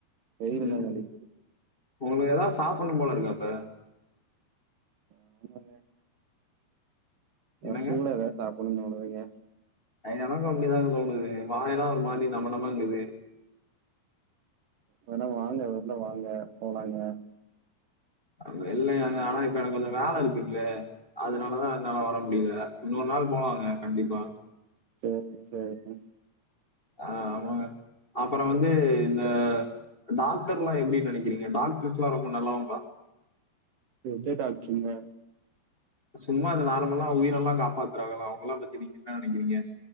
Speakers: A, on the right; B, on the left.
A: வெயிலு
B: ம்.
A: தாங்க அடிக்கிது
B: உங்களுக்கு எதாவ் சாப்புண்ணும் போல இருக்கா இப்ப
A: ஆமாங்க
B: என்னங்க?
A: அ சூடா எதாவ்த் சாப்புண்ணு தோனுதுங்க
B: அ எனக்கு அப்டிதா தோனுது வாயெல்லா ஒரு மாரி நமநமங்குது
A: வேணா வாங்க வெள்ல வாங்க போலாங்க
B: வெள்ல ஏங்க ஆனா இப்ப எனக்கு கொஞ்ச வேல இருக்குங்ளே அதனாலதா என்னாலா வர முடியில இன்னொரு நாள் போலாங்க கண்டிப்பா
A: சேரி சேரிங்
B: ஆ ஆமாங்க அப்பற வந்து இந்த டாக்டர்லா எப்டி நெனைக்கிறீங் க டாக்டர்ஸ்லா ரொம்ப நல்லவங்களா
A: எந்த டாக்ட்ருங்க
B: சும்மா அ நார்மலா உயிரெல்லா காப்பாத்துறாகள அவுங்கலா பத்தி நீங்க என்ன நெனைக்கிறீங்க